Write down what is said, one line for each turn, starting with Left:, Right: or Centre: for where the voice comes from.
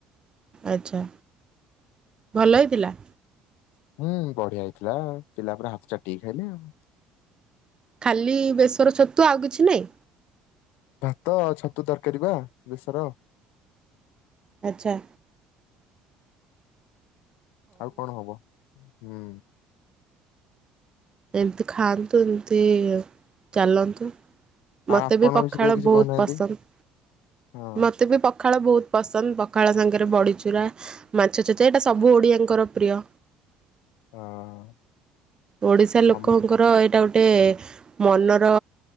Right: ଆଚ୍ଛା ଭଲ ହେଇଥିଲା।
Left: ହୁଁ ବଢିଆ ହେଇଥିଲା ପିଲା ପୁରା ହାତଟ ଚାଟିକି ଖାଇଲେ ଆଉ।
Right: ଖାଲି ବେେଶର ଛତୁ ଆଉ କିଛି ନାହିଁ।
Left: ଭାତ ଆଉ ଛତୁ ତରକାରୀ ବା ବେଶର।
Right: ଆଚ୍ଛା
Left: ଆଉ କଣ ହବ ହୁଁ।
Right: ଏମିତି ଖାଆନ୍ତୁ ଏମିତି ଚାଲନ୍ତୁ।
Left: ଆଉ
Right: ମତେ
Left: ଆପଣଙ୍କ
Right: ବି ପଖାଳ
Left: ବିଷୟରେ କିଛି
Right: ବହୁତ
Left: କହୁନାହାନ୍ତି
Right: ପସନ୍ଦ।
Left: ହଁ
Right: ମତେ ବି ପଖାଳ ବହୁତ ପସନ୍ଦ ପଖାଳ ସାଙ୍ଗରେ ବଡ଼ିଚୁରା। ମାଛଛେଚା ଏଇଟା ସବୁ ଓଡ଼ିଆଙ୍କର ପ୍ରିୟ।
Left: ହଁ
Right: ଓଡିଶା ଲୋକଙ୍କର
Left: ସମ
Right: ଏଇଟା ଗୋଟେ ମନର